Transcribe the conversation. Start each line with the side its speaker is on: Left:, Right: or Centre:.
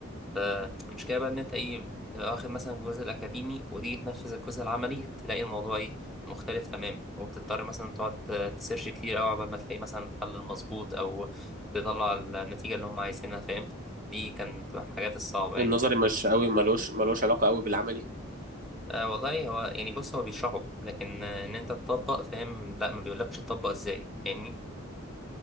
Centre: فالمشكله بقى ان انت ايه بتبقى واخد مثلا الجزء الاكاديمي وتيجي تنفذ الجزء العملي تلاقي الموضوع ايه مختلف تماما وبتضطر مثلا تقعد تسيرش كتير قوي عقبال ما تلاقي مثلا الحل المظبوط او تطلع النتيجه اللي هم عايزينها فاهم دي كانت بتبقى الحاجات الصعبه يعني
Right: النظري
Centre: بالنسبه
Right: مش
Centre: لي
Right: قوي ملوش ملوش علاقه قوي بالعملي
Centre: آه والله هو يعني بص هو بيشرحه لكن آه ان انت تطبق فاهم لا ما بيقولكش تطبق ازاي فاهمني